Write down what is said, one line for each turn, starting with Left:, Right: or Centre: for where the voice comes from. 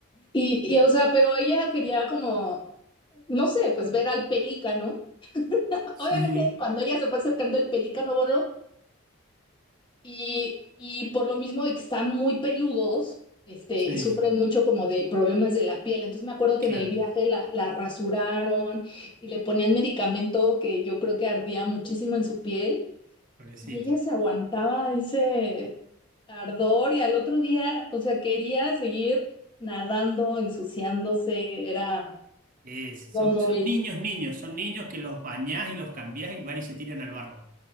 Left: Y, y, o sea, pero ella quería como, no sé, pues ver al pelícano.
Right: Sí,
Left: Obviamente, cuando ella se fue acercando el pelícano bono y, y por lo mismo de que están muy peludos, este,
Right: sí,
Left: sufren mucho como de problemas de la piel. Entonces me acuerdo que
Right: claro.
Left: en el viaje la, la rasuraron y le ponían medicamento que yo creo que ardía muchísimo en su piel
Right: Pobrecito.
Left: y ella se aguantaba ese ardor y al otro día, o sea, quería seguir nadando, ensuciándose, era
Right: Eh, son,
Left: como...
Right: son niños, niños. Son niños que los bañás y los cambiás y van y se tiran al barro.